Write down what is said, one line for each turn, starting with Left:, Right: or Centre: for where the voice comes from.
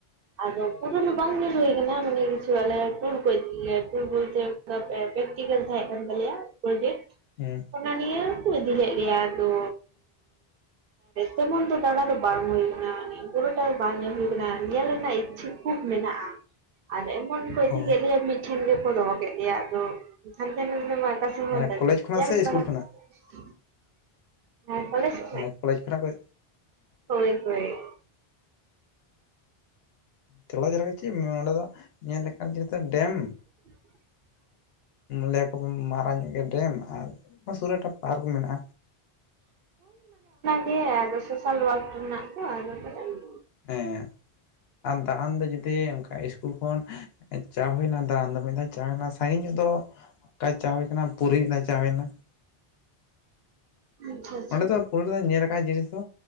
Right: ᱟᱫᱚ ᱯᱩᱨᱟᱹ ᱫᱚ ᱵᱟᱝ ᱧᱮᱞ ᱦᱩᱭ ᱠᱟᱱᱟ, ᱢᱟᱱᱮ ᱠᱤᱪᱷᱩ ᱟᱞᱮ ᱴᱩᱨ ᱠᱚ ᱤᱫᱤ ᱜᱮᱭᱟ, ᱴᱩᱨ ᱵᱚᱞᱛᱮ ᱯᱨᱮᱠᱴᱤᱠᱮᱞ ᱛᱟᱦᱮᱸ ᱠᱟᱱ ᱛᱟᱞᱮᱭᱟ ᱯᱨᱚᱡᱮᱠᱴ ᱾
Left: ᱦᱮᱸ ᱾
Right: ᱚᱱᱟ ᱱᱤᱭᱟᱹ ᱠᱚ ᱤᱫᱤ ᱞᱮᱫ ᱞᱮᱭᱟ ᱟᱫᱚ ᱛᱮᱢᱚᱱ ᱫᱚ ᱫᱟᱬᱟ ᱫᱚ ᱵᱟᱝ ᱦᱩᱭ ᱠᱟᱱᱟ ᱢᱟᱱᱮ ᱵᱩᱨᱩ ᱴᱟᱜ ᱫᱚ ᱵᱟᱝ ᱧᱮᱞ ᱦᱩᱭᱟᱠᱟᱱᱟ ᱚᱱᱟ ᱧᱮᱞ ᱨᱮᱱᱟᱜ ᱤᱪᱪᱷᱟᱹ ᱠᱷᱩᱵ ᱢᱮᱱᱟᱜᱼᱟ ᱟᱨ ᱮᱢᱚᱱ ᱠᱚ ᱤᱫᱤ
Left: ᱚ
Right: ᱠᱮᱫ ᱞᱮᱭᱟ ᱢᱤᱫᱴᱷᱮᱱ ᱜᱮ ᱠᱚ ᱫᱚᱦᱚ ᱠᱮᱫ ᱜᱮᱭᱟ ᱟᱫᱚ, ᱦᱟᱱᱛᱮ ᱨᱮ ᱢᱟ ᱚᱠᱟ <unintelligible>
Left: ᱢᱟᱱᱮ ᱠᱚᱞᱮᱡᱽ ᱠᱷᱚᱱᱟᱜ
Right: ᱧᱮᱞ
Left: ᱥᱮ ᱤᱥᱠᱩᱞ
Right: ᱵᱟᱲᱟ
Left: ᱠᱷᱚᱱᱟᱜ
Right: <inaudible> ᱦᱮᱸ ᱠᱚᱞᱮᱡᱽ
Left: ᱢᱟᱱᱮ ᱠᱚᱞᱮᱡᱽ ᱠᱷᱚᱱᱟᱜ ᱠᱚ
Right: ᱦᱚᱭ ᱦᱚᱭ
Left: ᱪᱟᱞᱟᱣ <unintelligible> ᱪᱮᱫ ᱚᱱᱰᱮ ᱫᱚ ᱧᱮᱞ ᱞᱮᱠᱟᱱ ᱡᱤᱱᱤᱥ ᱫᱚ ᱰᱮᱢ᱾
Right: <inaudible>
Left: ᱞᱟᱹᱭᱟᱠᱚ ᱢᱟᱨᱟᱝ ᱧᱚᱜ ᱜᱮᱭᱟ ᱰᱮᱢ ᱟᱨ ᱥᱩᱨᱮ ᱯᱟᱨᱠ ᱢᱮᱱᱟᱜᱼᱟ
Right: ᱦᱮᱸ ᱟᱫᱚ ᱥᱚᱥᱟᱞ ᱣᱟᱨᱠ ᱨᱮᱱᱟᱜ ᱛᱚ ᱟᱫᱚ ᱛᱟᱦᱚᱞᱮ
Left: ᱦᱮᱸ ᱟᱨ ᱫᱟᱬᱟᱱ ᱫᱚ ᱡᱩᱫᱤ ᱚᱱᱠᱟ ᱤᱥᱠᱩᱞ ᱠᱷᱚᱱ ᱪᱟ ᱦᱩᱭᱱᱟ ᱫᱟᱨᱟᱱ ᱫᱚ ᱢᱤᱫ ᱫᱷᱟᱣ ᱪᱟ ᱦᱩᱭᱱᱟ ᱥᱟᱺᱜᱤᱧ ᱧᱚᱜ ᱫᱚ ᱚᱠᱟ ᱪᱟ ᱦᱩᱭᱱᱟ ᱯᱩᱨᱤ ᱢᱤᱫ ᱫᱷᱟᱣ ᱪᱟ ᱦᱩᱭᱱᱟ ᱾
Right: ᱟᱪᱪᱷᱟ ᱟᱪᱪᱷᱟ
Left: ᱚᱸᱰᱮ ᱫᱚ ᱯᱩᱨᱟᱹ ᱧᱮᱞ ᱟᱠᱟᱱ ᱡᱤᱱᱤᱥ ᱫᱚ